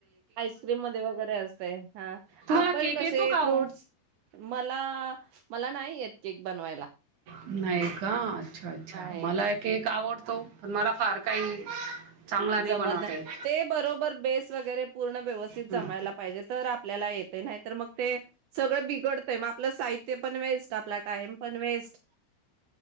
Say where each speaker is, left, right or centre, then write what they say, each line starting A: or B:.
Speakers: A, on the right; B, on the right.
A: आईस्क्रीम मध्ये वगैरे असते, हा
B: तुम्हाला
A: आपण
B: केक
A: कसे
B: येतो का
A: फ्रूट्स
B: ओ?
A: मला मला नाही येत केक बनवायला.
B: नाही का? अच्छा अच्छा
A: नाही
B: मला एक केक आवडतो पण मला फार काही चांगला
A: जमत
B: बनवता
A: नाही
B: येत.
A: ते बरोबर बेस वगैरे पूर्ण व्यवस्थित
B: हं.
A: जमायला पाहिजे तर आपल्याला येत नाही तर मग ते सगळ बिघडतय मग आपलं साहित्य पण वेस्ट आपला टाइम पण वेस्ट